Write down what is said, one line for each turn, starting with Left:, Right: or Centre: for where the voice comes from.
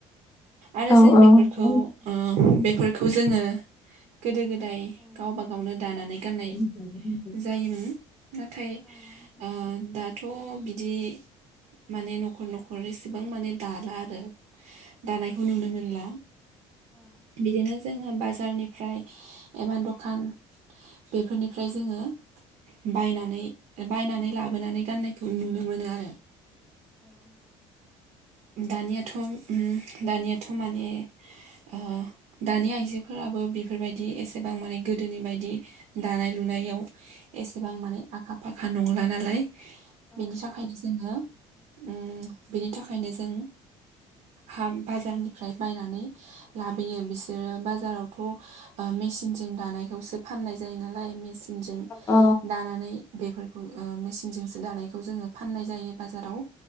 Right: आरो
Left: औ
Right: जों
Left: औ
Right: बेफोरखौ ओ बेफोरखौ जोङो गोदो गोदाय गावबा गावनो दानानै गाननाय
Left: <unintelligible>
Right: जायोमोन नाथाय ओ दा थ' बिदि माने न'खर न'खर एसेबां माने दाला आरो दानायखौ नुनो मोनला बिदिनो जोङो बाजारनिफ्राय एबा दखान बेफोरनिफ्राय जोङो बायनानै बायनानै लाबोनानै गाननायखौ नुनो मोनो आरो दानियाथ' ओम दानियाथ' माने ओ दानि आइजोफोराबो बेफोरबायदि एसेबां माने गोदोनि बायदि दानाय लुनायाव एसेबां माने आखा फाखा नंला नालाय बेनि थाखायनो जोङो उम बेनि थाखायनो जों हाम बाजारनिफ्राय बायनानै लाबोयो बिसोरो बाजारावथ' मेचिनजों दानायखौसो फाननाय जायो नालाय मेचिनजों
Left: औ
Right: दानानै बेफोरखौ मेसिनजोंसो दानायखौ जोङो फाननाय जायो बाजाराव।